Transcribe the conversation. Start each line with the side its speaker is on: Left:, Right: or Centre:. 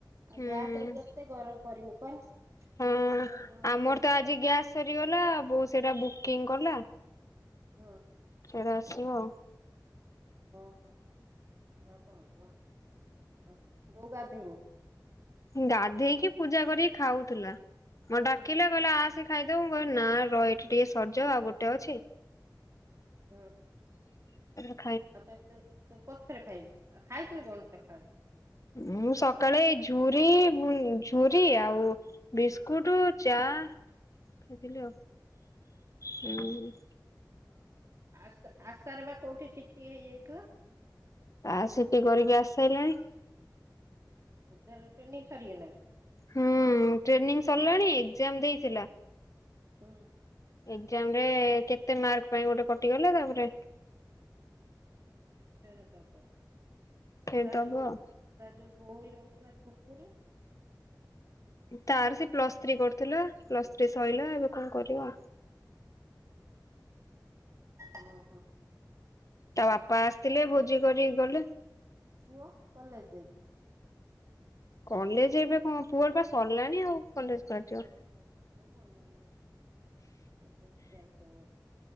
Right: ଆଉ
Left: ହୁଁ
Right: ଗ୍ୟାସ ରେ କେତେ ଗରମ କରିମି କହନି
Left: ହଁ ଆମର
Right: ସେ
Left: ତ ଆଜି ଗ୍ୟାସ୍ ସରିଗଲା ବଉ ସେଇଟା ବୁକିଂ କଲା।
Right: ହଁ।
Left: ଫେର ଆସିବ ଆଉ।
Right: ହଁ, ହଁ ଆଉ କଣ କହ, ଆଉ ବୋଉ ଗାଧେଇନି?
Left: ଗାଧେଇକି ପୂଜା କରିକି ଖାଉଥିଲା ମୋତେ ଡାକିଲା
Right: ହୁଁ
Left: କହିଲା ଆ ସେ ଖାଇଦବୁ, ମୁଁ କହିବି ନା ର ଏଠି ଟିକେ ସରିଯାଉ ଆଉ ଗୋଟେ ଅଛି।
Right: ହଁ।
Left: ତ
Right: ଆପରେ ତୁ ତୁ ପଥରେ ଖାଇବୁ ଆଉ ଖାଇଥିଲୁ କଣ ସକାଳେ?
Left: ମୁଁ ସକାଳେ ଝୁରି ଝୁରି ଆଉ ବିସ୍କୁଟ ଚା ଖାଇଥିଲି ଆଉ ହୁଁ
Right: ଆ ଆଶାର ବା କୋଉଠି ସିଟି ହେଇଯାଇଥିଲା?
Left: ଆ ସିଟି କରିକି ଆସିସାଇଲାଣି।
Right: ତାର ଟେନିଂ ସରିଗଲା?
Left: ହୁଁ ଟ୍ରେନିଂ ସରିଲାଣି ଏକ୍ଜାମ ଦେଇଥିଲା।
Right: ହୁଁ।
Left: ଏକ୍ ଜାମ ରେ କେତେ ମାର୍କ ପାଇଁ ଗୋଟେ କଟିଗଲେ ତାପରେ
Right: ଫେର ଦବ
Left: ଫେର
Right: ଆଉ ତା
Left: ଦବ
Right: ଯୋଉ
Left: ଆଉ।
Right: ତା ଯୋଉ ଭଉଣୀ ରହୁଥିଲା ଝୁମ୍ପୁରି
Left: ତାର ସେ ପ୍ଲସ୍ ଥ୍ରୀ କରୁଥିଲା ପ୍ଲସ୍ ଥ୍ରୀ ସରିଲା ଏବେ କଣ କରିବ।
Right: ଓହ
Left: ତା ବାପା ଆସିଥିଲେ ଭୋଜି କରିକି ଗଲେ।
Right: ପୁଅ କଲେଜ ଯାଇଛି?
Left: କଲେଜ ଏବେ କଣ ପୁଅର ପା ସରିଲାଣି ଆଉ। କଲେଜ ଯିବ।
Right: ଓହୋ ମୋର ମନ ର ନାଇଁ। ମୁଁ କୋଉଛି ଯାଇଥିବ ବୋଲି,